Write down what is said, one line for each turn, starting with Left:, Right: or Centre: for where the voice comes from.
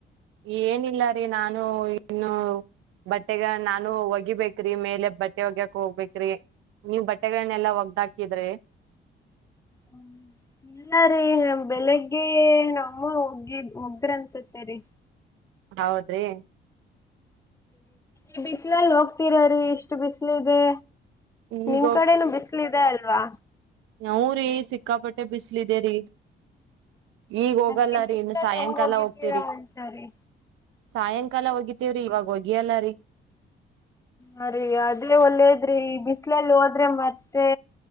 Right: ಏನಿಲ್ಲ ರೀ ನಾನು ಇನ್ನು. ಬಟ್ಟೆಗಳ ನಾನು ಒಗಿಬೇಕ್ರಿ ಮೇಲೆ ಬಟ್ಟೆ ಒಗ್ಯಕ್ ಹೋಗ್ಬೇಕ್ರಿ. ನೀವ್ ಬಟ್ಟೆಗಳನ್ನೆಲ್ಲಾ ಒಗ್ದ ಹಾಕಿದ್ರಿ.
Left: ಹ್ಮ್ <inaudible> ಇಲ್ಲ ರೀ ಬೆಳಿಗ್ಗೆ ನಮ್ಮಮ್ಮ ಒಗಿ ಒಗ್ದ್ರಿ ಅನ್ಸತೆೇರಿ.
Right: ಹೌದ್ರಿ
Left: ಈ ಬಿಸ್ಲಲ್ಲಿ ಹೋಗ್ತೀರರೀ ಇಷ್ಟ ಬಿಸ್ಲಿದೆ.
Right: ಈಗ
Left: ನಿಮ್ ಕಡೆೇನು ಬಿಸ್ಲ್ ಇದೆ ಅಲ್ವಾ.
Right: ಹೂರಿ ಸಿಕ್ಕಾಪಟ್ಟೆ ಬಿಸ್ಲಿದೇರಿ. ಈಗ ಹೋಗಲ್ಲರಿ
Left: ಅದೇ ಈ ಬಿಸ್ಲಲ್ಲಿ
Right: ಇನ್ನು ಸಾಯಂಕಾಲ
Left: ಹೆಂಗ್ ಹೋಗಿರ್ತೀರಾ
Right: ಹೋಗ್ತೆರಿ.
Left: ಅಂತಾರಿ
Right: ಸಾಯಂಕಾಲ ಒಗಿತೀವ್ರಿ ಇವಾಗ ಒಗಿಯಲ್ಲರೀ.
Left: ಹ ರೀ ಅದ್ಲೆ ಒಳ್ಳೇದ್ರಿ ಈ ಬಿಸಲಲ್ಲಿ ಹೋದ್ರೆ ಮತ್ತೆ